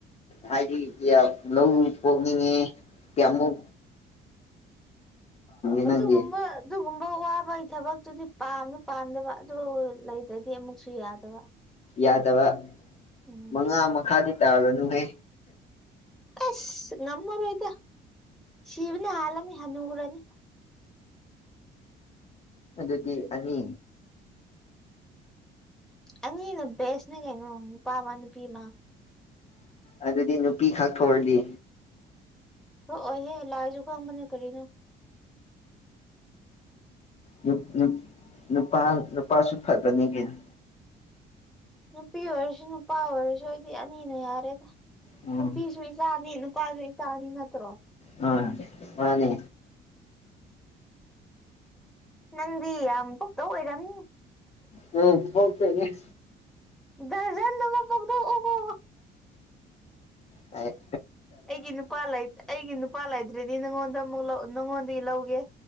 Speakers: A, on the left; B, in the centre.
A: ꯍꯥꯏꯗꯤ ꯀ꯭ꯌꯥꯝ ꯂꯧꯅꯤ ꯄꯣꯛꯅꯤꯡꯉꯤ ꯀ꯭ꯌꯥꯃꯨꯛ ꯅꯪꯗꯤ
B: ꯑꯗꯨꯒꯨꯝꯕꯠ ꯗꯨꯒꯨꯝꯕ ꯋꯥꯕꯩ ꯊꯕꯛꯇꯨꯗꯤ ꯄꯥꯝꯖꯨ ꯄꯥꯝꯗꯕ ꯑꯗꯨ ꯂꯩꯇꯗꯤ ꯑꯃꯨꯛꯁꯨ ꯌꯥꯗꯕ
A: ꯌꯥꯗꯕ
B: ꯎꯝ
A: ꯃꯉꯥ ꯃꯈꯥꯗꯤ ꯇꯥꯔꯨꯔꯅꯨꯍꯦ
B: ꯑꯁ ꯉꯝꯃꯔꯣꯏꯗ ꯁꯤꯕꯅ ꯍꯥꯜꯂꯅꯤ ꯍꯅꯨꯔꯅꯤ
A: ꯑꯗꯨꯗꯤ ꯑꯅꯤ
B: ꯑꯅꯤꯅ ꯕꯦꯁꯅꯦ ꯀꯩꯅꯣ ꯅꯨꯄꯥ ꯑꯃ ꯅꯨꯄꯤꯃ
A: ꯑꯗꯨꯗꯤ ꯅꯨꯄꯤ ꯈꯛ ꯊꯣꯔꯗꯤ
B: ꯊꯣꯑꯣꯏꯍꯦ ꯂꯥꯏꯖꯨ ꯈꯪꯕꯅꯦ ꯀꯔꯤꯅꯣ
A: ꯅꯨꯞ ꯅꯨꯞ ꯅꯨꯄꯥ ꯅꯨꯄꯥꯁꯨ ꯐꯕꯅꯤ ꯀꯩꯅꯣ
B: ꯅꯨꯄꯤ ꯑꯣꯏꯔꯁꯨ ꯅꯨꯄꯥ ꯑꯣꯏꯔꯁꯨ ꯑꯩꯗꯤ ꯑꯅꯤꯅ ꯌꯥꯔꯦꯗ
A: ꯎꯝ
B: ꯅꯨꯄꯤꯁꯨ ꯏꯆꯥꯅꯤ ꯅꯨꯄꯥꯖꯨ ꯏꯆꯥꯅꯤ ꯅꯠꯇ꯭ꯔꯣ
A: ꯃꯥꯅꯦ ꯃꯥꯅꯦ
B: ꯅꯪꯗꯤ ꯌꯥꯝ ꯄꯣꯛꯇꯧ ꯑꯣꯏꯔꯝꯅꯤ
A: ꯎꯝ ꯄꯣꯛꯇꯣꯏꯅꯦ
B: ꯗꯖꯟ ꯑꯃ ꯄꯣꯛꯊꯣꯛ ꯑꯣꯀꯣ
A: ꯑꯩ
B: ꯑꯩꯒꯤ ꯅꯨꯄꯥ ꯂꯩꯠ ꯑꯩꯒꯤ ꯅꯨꯄꯥ ꯂꯩꯇ꯭ꯔꯗꯤ ꯅꯉꯣꯟꯗ ꯑꯃꯨꯛ ꯂꯧ ꯅꯉꯣꯟꯗꯒꯤ ꯂꯧꯒꯦ